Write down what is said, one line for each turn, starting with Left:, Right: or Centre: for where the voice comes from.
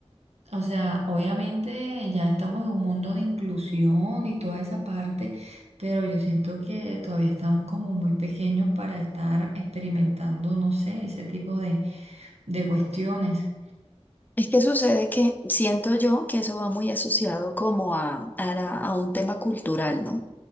Right: O sea, obviamente ya estamos en un mundo de inclusión y toda esa parte, pero yo siento que todavía están como muy pequeños para estar experimentando, no sé, ese tipo de de cuestiones.
Left: Es que sucede que siento yo que eso va muy asociado como a, a la- a un tema cultural, ¿no?